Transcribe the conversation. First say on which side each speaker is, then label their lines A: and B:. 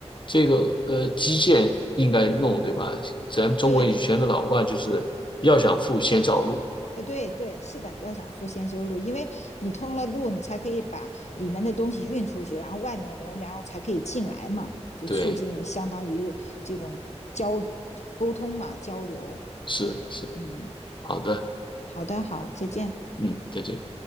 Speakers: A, on the left (about 45°); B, on the left (about 80°).
A: 这个呃基建应该弄，对吧？咱们中国以前的老话就是要想富先造路，
B: 对，呃，对对，是的，要想富先修路，因为你通了路，你才可以把里面的东西运出去，然后外面人，然后才可以进来嘛，就促进相当于这种交
A: 对，
B: 沟通嘛，交流。
A: 是是，
B: 嗯，
A: 好的，
B: 好的，好，再见。
A: 嗯，再见。